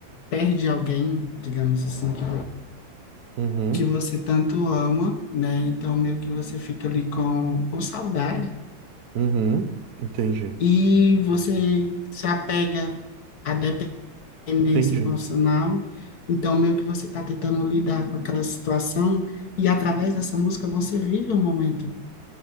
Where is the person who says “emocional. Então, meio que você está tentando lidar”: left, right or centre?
Left